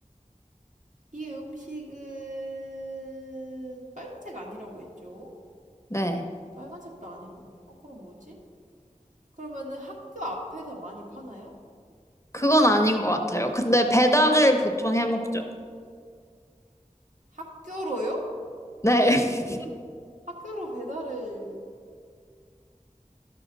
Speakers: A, on the right; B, on the left.
A: 이 음식은 빨간색 아니라고 했죠.
B: 네.
A: 빨간색도 아니고. 어, 그럼 뭐지? 그러면은 학교 앞에서 많이 파나요?
B: 그건 아닌 것 같아요. 근데 배달을 보통 해 먹죠.
A: 학교로요?
B: 네. <laughs>
A: 학교로 배달을